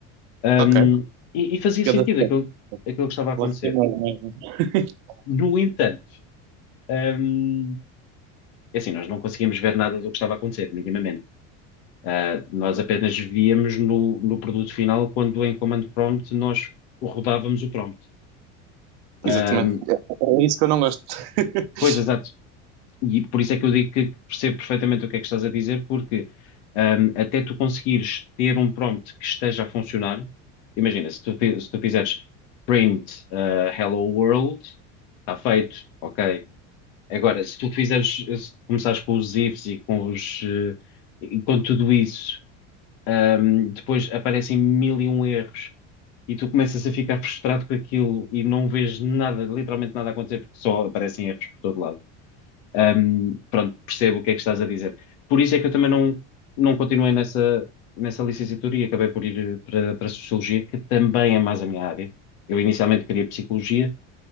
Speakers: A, on the left; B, on the right.
A: hum,
B: Ok.
A: e, e fazia
B: Cada
A: sentido
B: step.
A: aquilo, aquilo que estava a acontecer.
B: Lá foi mais, mais, mais. <laughs>
A: No entanto, hum, É assim, nós não conseguíamos ver nada do que estava a acontecer, minimamente. Ah, nós apenas víamos no, no produto final quando em command prompt nós rodávamos o prompt. Ah,
B: Exatamente. É é isso que eu não gosto. <laughs>
A: pois, exato. E por isso é que eu digo que percebo perfeitamente o que é que estás a dizer, porque ah, até tu conseguires ter um prompt que esteja a funcionar, imagina, se tu, fi- se tu fizeres print ah, hello world, está feito, ok. Agora, se tu fizeres, se começares com os ifs e com os, eh, e com tudo isso Ahm, depois aparecem mil e um erros e tu começas a ficar frustrado com aquilo e não vês nada, literalmente nada a acontecer porque só aparecem erros por todo lado. Ahm, pronto, percebo o que é que estás a dizer. Por isso é que eu também não, não continuei nessa, nessa licenciatura e acabei por ir eh, para, para Sociologia, que também é mais a minha área. Eu inicialmente queria Psicologia,